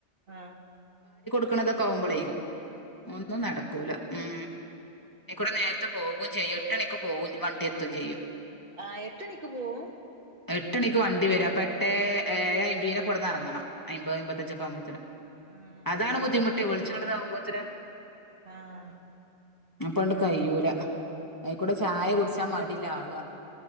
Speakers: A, on the right; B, on the left.
A: ആ
B: ക്ക്ണതൊക്കെ ആവുമ്പളേ ഒന്നും നടക്കൂല ഉം ഇക്കുറി നേര്ത്തെ പോകും ചെയ്യും എട്ടെണിക്ക് പോവും വണ്ടി എത്തും ചെയ്യും
A: ആ എട്ട് ണിക്ക് പോവും
B: എട്ട് ണിക്ക് വണ്ടി വേരും അപ്പ എട്ടേ ഏഴെ അയ്മ്പീനോക്കെ ഇവട്ന്ന് അറങ്ങണം അയ്മ്പഹ് അയ്മ്പത്ത അഞ്ചൊക്കെ ആവുമ്പോത്തിന്
A: ആഹ്
B: അതാണ് ബുദ്ധിമുട്ട് വെൾച്ചം ഇങ്ങട്ട് താകുമ്പോത്തിന്
A: ആഹ്
B: അപ്പണ്ട് കയ്യൂലാ അയിക്കൂടെ ചായ കുട്ച്ചാൻ മടിയില്ല ആ ആളു ആ